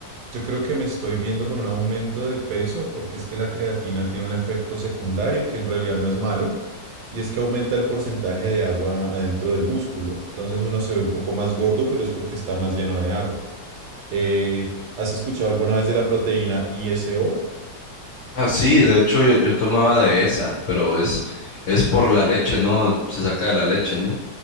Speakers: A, on the right (about 70°); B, on the left (about 60°).
A: yo creo que me estoy viendo con un aumento de peso porque es que la creatina tiene un efecto secundario que en realidad no es malo y es que aumenta el porcentaje de agua adentro del músculo. Entonces uno se ve un poco más gordo, pero es porque está más lleno de agua. Eh, ¿has escuchado alguna vez de la proteína ISO?
B: Ah, sí, de hecho yo, yo tomaba de esa, pero es, es por la leche, ¿no? Se saca de la leche, ¿no?